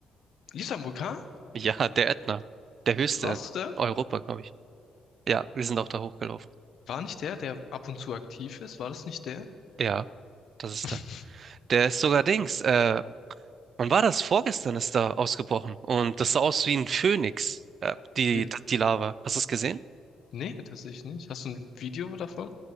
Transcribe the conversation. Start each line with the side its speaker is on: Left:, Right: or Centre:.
Left: Lief am Vulkan?
Right: Ja, der Ätna. Der höchste
Left: Warst
Right: in
Left: du da?
Right: Europa, glaube ich. Ja, wir sind auch da hochgelaufen.
Left: War nicht der, der ab und zu aktiv ist? War das nicht der?
Right: Ja, das ist
Left: <laughs>
Right: da. Der ist sogar Dings. Äh, Wann war das? Vorgestern ist da ausgebrochen. Und das sah aus wie ein Phönix, äh, die,
Left: Wir,
Right: die Lava. Hast du es gesehen?
Left: nee, tatsächlich nicht. Hast du ein Video davon?